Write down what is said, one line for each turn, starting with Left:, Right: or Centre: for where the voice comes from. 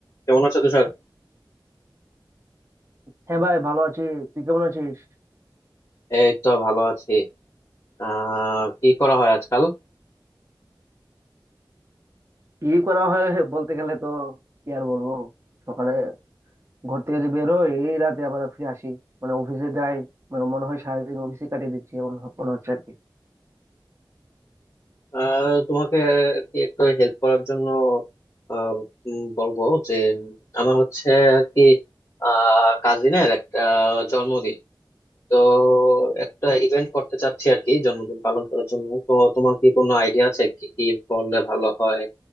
Left: কেমন আছো তুষার
Right: হ্যাঁ ভাই ভালো আছি তুই কেমন আছিস
Left: এই তো ভালো আছি আহ কি করা হয় আজকাল
Right: কি করা হয় বলতে গেলে তো কি আর বলবো সকালে ঘর থেকে যে বের হই এই রাতে আবার ফিরে আসি মানে অফিসে যাই মানে মনে হয় সারাদিন অফিসে কাটিয়ে দিচ্ছি এমন হ- মনে হচ্ছে আর কি
Left: আহ তোমাকে কি একটু হেল্প করার জন্য আহ, উম, বলবো যে উম, আমার হচ্ছে আর কি আহ কাজিনের একটা জন্মদিন তো একটা ইভেন্ট করতে চাচ্ছি আর কি জন্মদিন পালন করার জন্য তো তোমার কি কোনো আইডিয়া আছে কি কি করলে ভালো হয়